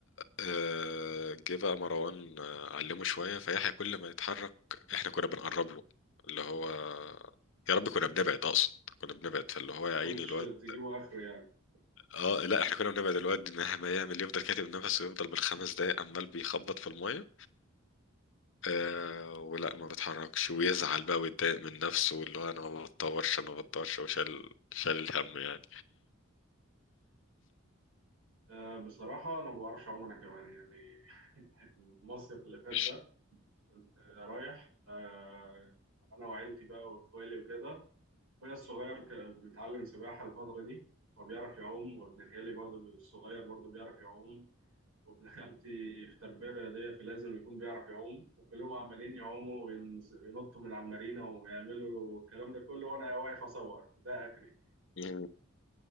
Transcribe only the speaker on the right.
عشان
تش-
تجيبوا اخره يعني
آه، بصراحه انا ما بعرفش اعوم انا كمان يعني <laughs> المصيف اللي فات
ده كنت رايح آه، أنا وعيلتي بقى وإخوالي وكده أخويا الصغير ك- بيتعلم سباحة الفترة دي وبيعرف يعوم وابن خالي برضه الصغير برضه بيعرف يعوم وابن خالتي في تربية رياضية فلازم يكون بيعرف يعوم وكلهم عمالين يعوموا وينز- وينطوا من على المارينا ويعملوا الكلام ده كله وأنا واقف أصور ده آخري